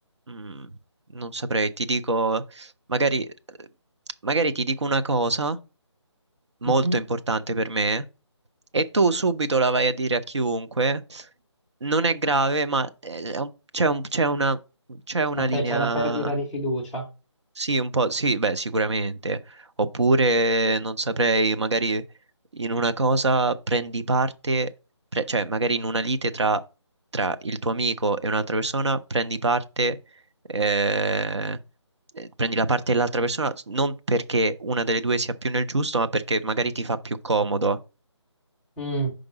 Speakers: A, on the right; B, in the centre.
A: mm, non saprei, ti dico, magari, magari ti dico una cosa molto
B: mhm.
A: importante per me e tu subito la vai a dire a chiunque, non è grave, ma eh, è un- c'è un- c'è una, c'è una
B: Ok,
A: linea,
B: c'è una perdita di fiducia.
A: sì, un po', sì, beh, sicuramente. Oppure, non saprei, magari in una cosa prendi parte, pre- cioè magari in una lite tra, tra il tuo amico e un'altra persona prendi parte eh, eh, prendi la parte dell'altra persona non perché una delle due sia più nel giusto, ma perché magari ti fa più comodo.
B: Mm,